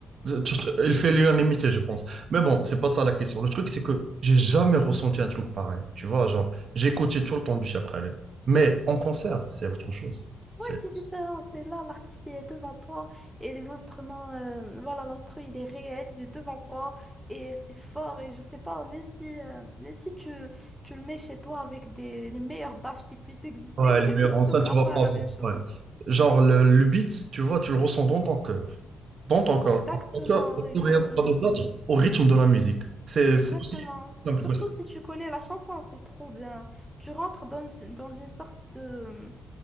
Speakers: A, on the right; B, in the centre.
A: Juste, Il fait l'unanimité, je pense. Mais bon, c'est pas ça la question. Le truc, c'est que j'ai jamais ressenti un truc pareil. Tu vois, genre, j'ai écouté tout le temps du Chapralet. Mais en concert, c'est autre chose. C'est...
B: Ouais, c'est différent. C'est là, l'artiste, il est devant toi et les instruments, euh, voilà, l'instru, il est réel, il est devant toi et c'est fort. Et je sais pas, même si, euh, même si tu, tu le mets chez toi avec des, les meilleures baffes qui puissent exister,
A: Ouais, les
B: <laughs>
A: meilleurs enceintes,
B: ce sera
A: tu vas
B: pas
A: pas
B: la
A: voir.
B: même chose.
A: Ouais. Genre, le, le beat, tu vois, tu le ressens dans ton cœur. Dans ton corps.
B: Exactement,
A: Ton cœur,
B: oui, exactement.
A: ton cœur est en train de battre au rythme de la musique. C'est
B: Exactement.
A: c'est aussi
B: S-
A: simple
B: Surtout si tu connais la chanson, c'est trop bien. Tu rentres dans, une- dans une sorte de,